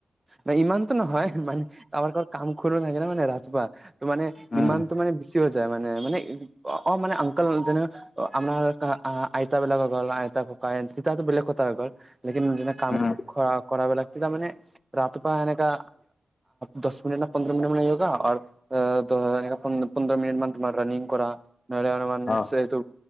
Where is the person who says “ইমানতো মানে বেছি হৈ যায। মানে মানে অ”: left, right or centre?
Right